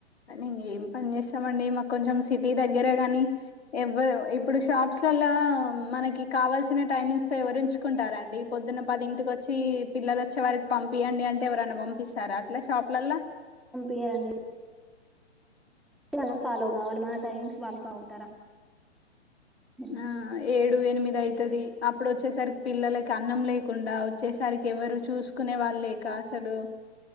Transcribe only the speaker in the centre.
ఇయ్యరండి మనం ఫాలో కావాలి మన టైమింగ్స్ వాళ్ళు ఫాలో అవుతారా ఉమ్